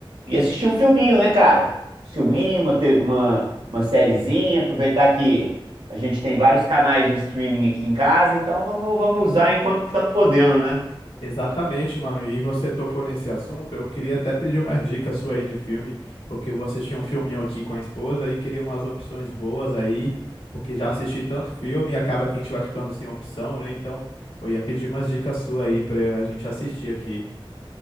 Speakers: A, on the right; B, on the left.
A: e assistir um filminho, né, cara? Um Filminho, uma te- uma uma sériezinha, aproveitar que a gente tem vários canais de streaming aqui em casa, então vamos vamos usar enquanto tá podendo, né?
B: Exatamente, mano. E você tocou nesse assunto. Eu queria até pedir umas dicas sua aí de filme, porque eu vou assistir um filminho aqui com a esposa e queria umas opções boas aí, porque já assisti tanto filme e acaba que a gente vai ficando sem opção, né? Então, eu ia pedir umas dicas sua aí pra a gente assistir aqui.